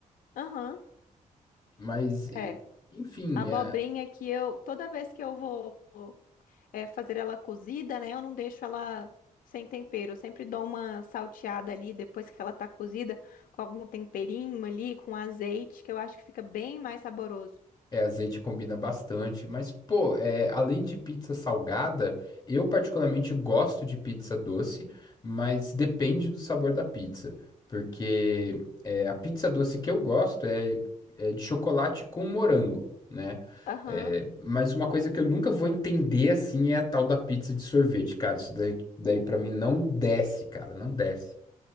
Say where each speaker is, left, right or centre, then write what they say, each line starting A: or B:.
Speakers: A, on the left (about 80°); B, on the left (about 25°).
A: Aham.
B: Mas, e-
A: É.
B: enfim,
A: a Abobrinha
B: é.
A: que eu, toda vez que eu vou é, fazer ela cozida, né? Eu não deixo ela sem tempero. Eu sempre dou uma salteada ali depois que ela tá cozida, com algum temperinho ali, com azeite, que eu acho que fica bem mais saboroso.
B: É, azeite combina bastante, mas pô, é, além de pizza salgada, eu particularmente gosto de pizza doce, mas depende do sabor da pizza, porque é, a pizza doce que eu gosto é, é de chocolate com morango, né?
A: Aham.
B: É, mas uma coisa que eu nunca vou entender assim é a tal da pizza de sorvete, cara. Isso daí, daí para mim não desce, cara, não desce.